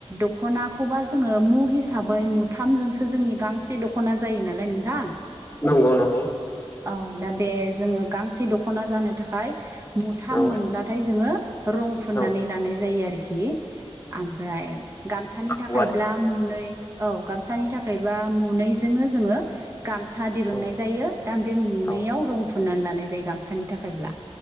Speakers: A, on the right; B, on the left.
A: दख'नाखौबा जोङो मु हिसाबै मुथामजोंसो जोंनि गांसे दख'- ख'ना जायो नालाय नोंथां।
B: नंगौ नंगौ
A: औ दा बे जोङो गांसे दख'ना जानो थाखाय मुथाम
B: औ
A: मोनब्लाथाय जोङो रं फुननानै
B: औ
A: लानाय जायो आरोखि। ओमफ्राय गामसानि
B: नांखागौ
A: थाखायब्ला
B: आरो
A: मुनै। औ गामसानि थाखायबा मुनै- जोंनो जोङो गामसा दिरुननाय
B: औ
A: जायो दा बे मुनैयाव
B: औ
A: रं फुननानै लानाय जायो गामसानि थाखायब्ला।